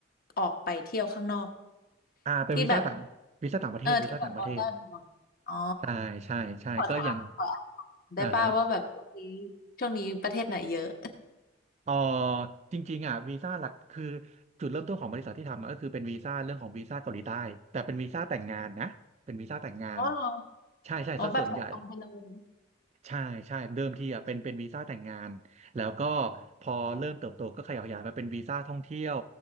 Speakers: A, on the left; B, on the right.
A: ออกไปเที่ยวข้างนอก
B: อ่าเป็นวีซ่าต่างวีซ่าต่างประเทศวีซ่าต่างประเทศ
A: ที่แบบเออที่แบบบอลได้บอลอ๋อ
B: ใช่ใช่ใช่ก็ยัง
A: ขอถามขอถามได้ป่าวว่าแบบช่วงนี้
B: อ่าฮะ
A: ช่วงนี้ประเทศไหนเยอะ
B: เอ๋อจริงๆอ่ะวีซ่าหลักคือจุดเริ่มต้นของบริษัทที่ทำอะก็คือเป็นวีซ่าเรื่องของวีซ่าเกาหลีใต้แต่เป็นวีซ่าแต่งงานนะเป็นวีซ่าแต่งงาน
A: <laughs> อ๋อเหรอ
B: ใช่ใช่ซะส่วนใหญ่
A: อ๋อแบบตอบตรงไปเลย
B: ใช่ใช่เดิมทีอ่ะเป็นเป็นวีซ่าแต่งงานแล้วก็พอเริ่มเติบโตก็ขยับขยายมาเป็นวีซ่าท่องเที่ยว